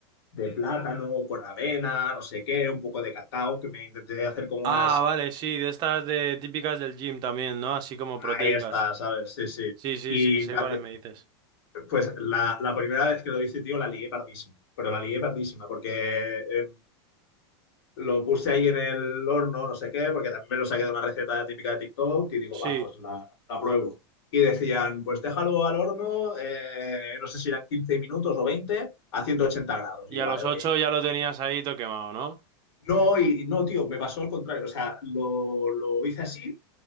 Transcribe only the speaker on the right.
Ah,
vale, sí, de estas de típicas del gym también, ¿no? Así como proteicas.
Sí, sí,
sí, sé
cuáles
me dices.
Sí,
y
a
los
ocho ya lo tenías ahí todo quemado, ¿no?